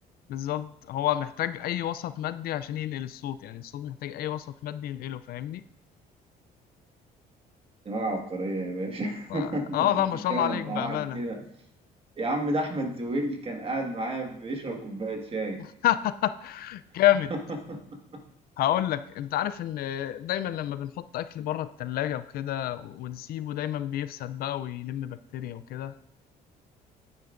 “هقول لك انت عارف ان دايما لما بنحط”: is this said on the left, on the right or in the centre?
Left